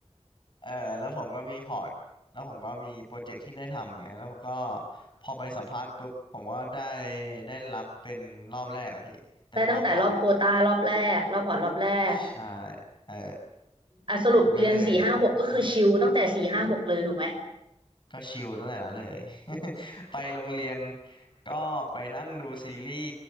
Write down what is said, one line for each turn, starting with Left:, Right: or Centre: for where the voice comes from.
Left: เออแล้วผมก็มีพอร์ตแล้วผมก็มีโปรเจกต์ที่ได้ทำไงแล้วก็พอไปสัมภาษณ์ปุ๊บผมก็ได้ได้รับเป็นรอบแรกอะพี่เป็นรอบพอร์ตอะ
Right: <laughs> ได้ตั้งแต่รอบโควตารอบแรกรอบพอร์ตรอบแรก
Left: ใช่เออ
Right: อ่ะสรุปเรียนสี่ห้าหกก็คือชิลตั้งแต่สี่ห้าหกเลยถูกไหม
Left: มันก็เลยค่อนข้างก็ชิลตั้งแต่นั้นเลย <laughs> ไปโรงเรียนก็ไปนั่งดูซีรีส์